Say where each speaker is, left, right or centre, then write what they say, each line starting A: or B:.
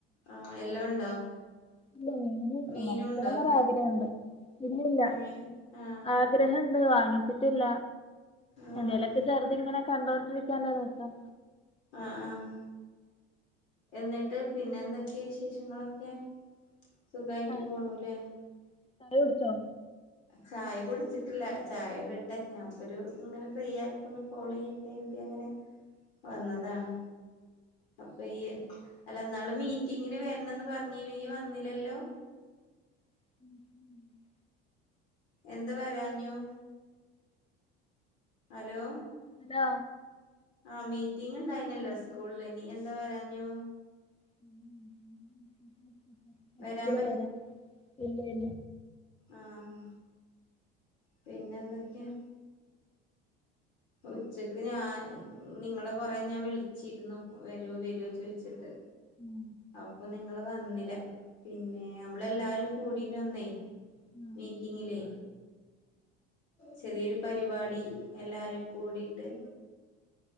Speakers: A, on the left; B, on the left.
A: ആഹ് എല്ലാം ഉണ്ടോ
B: <unintelligible> <unintelligible>
A: മീനും ഉണ്ടോ
B: ണ്ട് ഇല്ലല്ല
A: അങ്ങനെ ആഹ്
B: ആഗ്രഹുണ്ട് വാങ്ങിച്ചിട്ടില്ല.
A: ആഹ്
B: എന്തേലൊക്കെ ചെറുത ഇങ്ങനെ കണ്ടോണ്ടിരിക്കാനല്ലരസം
A: ആഹ് ആഹ് എന്നിട്ട് പിന്നെ എന്തൊക്കെയ വിശേഷങ്ങളൊക്കെ. സുഖായിട്ട്
B: ചായ
A: പോണു ല്ലെ
B: കുടിച്ചോ
A: ചായ കുടിച്ചിട്ടില്ല ചായ ഇടട്ടെ ഞാൻപ്പൊ ഒരു ഇങ്ങനെ ഫ്രീ ആയപ്പോ ഒന്ന് കോൾ ചെയ്യട്ടെര്തി അങ്ങനെ വന്നതാണ്. പ്പയ്യി അല്ല എന്നാള് മീറ്റിങ്ങിന് വരണന്ന് പറഞ്ഞിനു യ്യി വന്നില്ലല്ലോ.
B: <inaudible>
A: എന്താ വരാഞ്ഞു. ഹലോ.
B: ഹലോ
A: ആഹ മീറ്റിങ് ഉണ്ടായിനല്ലോ സ്കൂളിൽ നി എന്താ വരാഞ്ഞു.
B: <unintelligible>
A: വരാൻ
B: ഇല്ല ല്ല
A: ആഹ്‌ പിന്നെന്തൊക്കെയാ ഉച്ചക്ക് ഞാ നിങ്ങളെ കൊറെ ഞാൻ വിളിച്ചിരുന്നു വെരോ വെരോ ചോയി ച്ചിട്ട്
B: ഉം
A: അപ്പൊ നി ങ്ങള് വന്നില്ല പിന്നെ മ്മളെല്ലാരും കൂടിന ന്നേ
B: ഉം
A: മീറ്റിങ്ങിലേ
B: ഉം
A: ചെറിയൊരു പരിപാടി എല്ലാരും കൂടിട്ട്